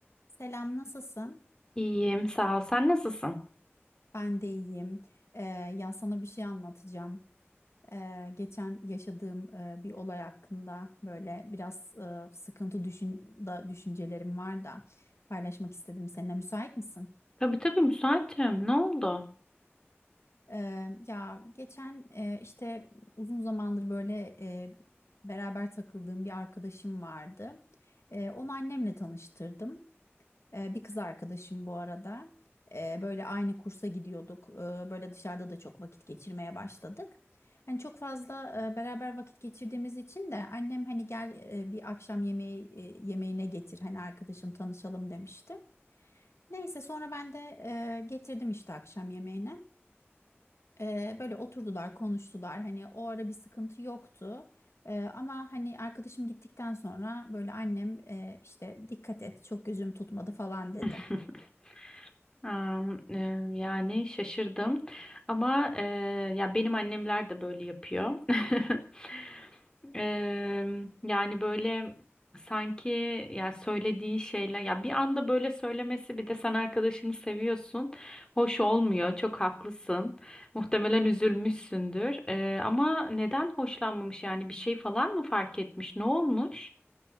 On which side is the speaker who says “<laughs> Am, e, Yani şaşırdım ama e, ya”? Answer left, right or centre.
Left